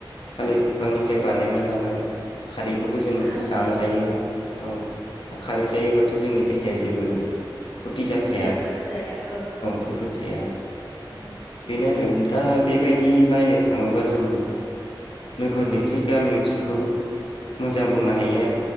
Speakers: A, on the left (about 80°); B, on the right (about 15°).
A: थालिर फिफांनिफ्राय बानायना लानाय खारैखौबो जों
B: खारै
A: जानो हायो
B: औ
A: औ। दा खारै जायोबाथ' जोंनि देहाया जेबो खथि जाखाया
B: खैफोद जाया औ ओ
A: खैफोद जाया
B: ओ
A: बेनो आरो दा बेबायदि नायनो थाङोबा जों नोगोरनिख्रोय गामि ओनसोलखौ मोजां बोंनो हायो आर